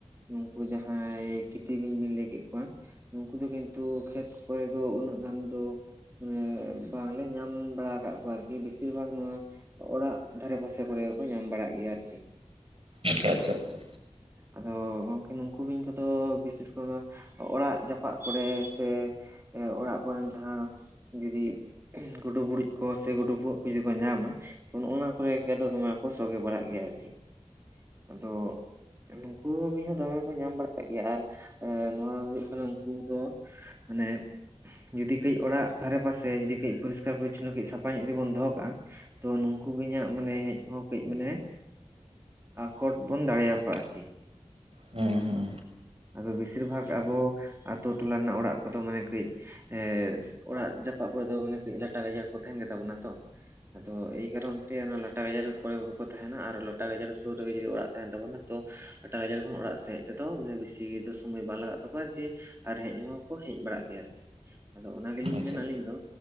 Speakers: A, on the right; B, on the right.
A: ᱱᱩᱠᱩ ᱡᱟᱦᱟᱸᱭ ᱠᱤᱛ ᱛᱤ ᱵᱤᱧ ᱵᱤᱱ ᱞᱟᱹᱭ ᱠᱮᱫ ᱠᱚᱣᱟ ᱱᱩᱠᱩ ᱫᱚ ᱠᱤᱱᱛᱩ ᱠᱷᱮᱛ ᱠᱚᱨᱮ ᱫᱚ ᱩᱱᱟᱹᱜ ᱜᱟᱱ ᱫᱚ ᱢᱟᱱᱮ ᱵᱟᱝᱞᱮ ᱧᱟᱢ ᱵᱟᱲᱟ ᱠᱟᱜ ᱠᱚᱣᱟ ᱟᱨ ᱠᱤ ᱵᱮᱥᱤᱨ ᱵᱷᱟᱜᱽ ᱱᱚᱣᱟ ᱚᱲᱟᱜ ᱫᱷᱟᱨᱮ ᱵᱟᱥᱮ ᱠᱚᱨᱮ ᱠᱚ ᱧᱟᱢ ᱵᱟᱲᱟᱜ ᱜᱮᱭᱟ ᱟᱨᱠᱤ
B: ᱟᱪᱪᱷᱟ ᱟᱪᱪᱷᱟ ᱟᱪᱪᱷᱟ
A: ᱟᱫᱚ ᱜᱚᱝᱠᱮ ᱱᱩᱠᱩ ᱵᱤᱧ ᱠᱚᱫᱚ ᱵᱤᱥᱮᱥ ᱠᱚᱨᱮ ᱚᱲᱟᱜ ᱡᱟᱯᱟᱜ ᱠᱚᱨᱮ ᱥᱮ ᱮ ᱚᱲᱟᱜ ᱠᱚᱨᱮᱱ ᱡᱟᱦᱟᱸ ᱡᱩᱫᱤ ᱜᱩᱰᱩ ᱵᱩᱲᱩᱡ ᱠᱚ ᱥᱮ ᱜᱩᱰᱩ ᱵᱷᱩᱜᱟᱹᱜ ᱠᱚ ᱡᱩᱫᱤ ᱠᱚ ᱧᱟᱢᱟ ᱛᱚ ᱱᱚᱜ-ᱱᱟ ᱠᱚᱨᱮ ᱜᱮ ᱟᱫᱚ ᱫᱚᱢᱮ ᱠᱚ ᱥᱚᱜᱮ ᱵᱟᱲᱟᱜ ᱜᱮᱭᱟ ᱟᱨᱠᱤ ᱾ ᱟᱫᱚ ᱱᱩᱠᱩ ᱵᱤᱧ ᱦᱚᱸ ᱫᱚᱢᱮ ᱠᱚ ᱧᱟᱢ ᱵᱟᱲᱟᱜ ᱜᱮᱭᱟ ᱟᱨ ᱱᱚᱣᱟ ᱦᱩᱭᱩᱜ ᱠᱟᱱᱟ ᱩᱱᱠᱩ ᱫᱚ ᱢᱟᱱᱮ ᱡᱩᱫᱤ ᱠᱟᱹᱡ ᱚᱲᱟᱜ ᱫᱷᱟᱨᱮ ᱯᱟᱥᱮ ᱡᱩᱫᱤ ᱠᱟᱹᱡ ᱯᱨᱤᱥᱠᱟᱨ ᱯᱚᱨᱤᱪᱷᱚᱱᱚ ᱠᱟᱹᱡ ᱥᱟᱯᱷᱟ ᱧᱚᱜ ᱡᱩᱫᱤ ᱵᱚᱱ ᱫᱚᱦᱚ ᱠᱟᱜ-ᱟ-ᱼ ᱛᱚ ᱱᱩᱠᱩ ᱵᱤᱧᱟᱜ ᱢᱟᱱᱮ ᱦᱮᱡ ᱦᱚᱸ ᱠᱟᱹᱡ ᱢᱟᱱᱮ ᱟᱠᱚᱴ ᱵᱚᱱ ᱫᱟᱲᱮᱭᱟᱠᱚᱣᱟ ᱟᱨᱠᱤ ᱾
B: ᱦᱩᱸ ᱦᱩᱸ ᱾
A: ᱟᱫᱚ ᱵᱮᱥᱤᱨ ᱵᱷᱟᱜᱽ ᱟᱵᱚ ᱟᱛᱩ ᱴᱚᱞᱟ ᱨᱮᱱᱟᱜ ᱚᱲᱟᱜ ᱠᱚᱫᱚ ᱢᱟᱱᱮ ᱠᱟᱹᱡ ᱮᱸ ᱚᱲᱟᱜ ᱡᱟᱯᱟᱜ ᱠᱚᱨᱮ ᱫᱚ ᱢᱟᱱᱮ ᱠᱟᱹᱡ ᱞᱟᱴᱟ ᱜᱟᱡᱟᱲ ᱠᱚ ᱛᱟᱦᱮᱱ ᱜᱮ ᱛᱟᱵᱚᱱᱟ ᱛᱚ ᱾ ᱟᱫᱚ ᱮᱭ ᱠᱟᱨᱚᱱ ᱛᱮ ᱚᱱᱟ ᱞᱟᱴᱟ ᱜᱟᱡᱟᱨ ᱠᱚᱨᱮ ᱠᱚ ᱛᱟᱦᱮᱸᱱᱟ ᱟᱨ ᱞᱟᱴᱟ ᱜᱟᱡᱟᱨ ᱥᱩᱨ ᱨᱮᱜᱮ ᱡᱩᱫᱤ ᱚᱲᱟᱜ ᱛᱟᱦᱮᱸᱱ ᱛᱟᱵᱚᱱᱟ ᱛᱚ ᱞᱟᱴᱟ ᱜᱟᱡᱟᱨ ᱠᱷᱚᱱ ᱚᱲᱟᱜ ᱥᱮᱫ ᱛᱮᱫᱚ ᱵᱮᱥᱤ ᱫᱚ ᱥᱚᱢᱚᱭ ᱵᱟᱝ ᱞᱟᱜᱟᱜ ᱛᱟᱠᱚᱣᱟ ᱡᱮ ᱟᱨ ᱦᱮᱡ ᱦᱚᱸᱠᱚ ᱦᱮᱡ ᱵᱟᱲᱟᱜ ᱜᱮᱭᱟ ᱟᱨᱠᱤ ᱾ ᱟᱫᱚ ᱚᱱᱟ
B: ᱟᱪᱪᱷᱟ
A: ᱜᱮᱞᱤᱧ
B: ᱟᱪᱪᱷᱟ
A: ᱢᱮᱱᱟ ᱟᱹᱞᱤᱧ ᱫᱚ